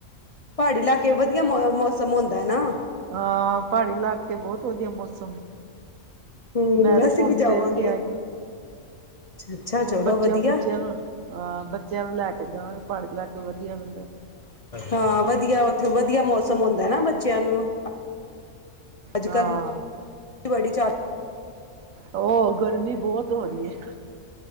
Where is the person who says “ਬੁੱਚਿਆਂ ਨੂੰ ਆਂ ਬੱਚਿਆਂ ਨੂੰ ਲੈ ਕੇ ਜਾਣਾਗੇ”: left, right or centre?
Right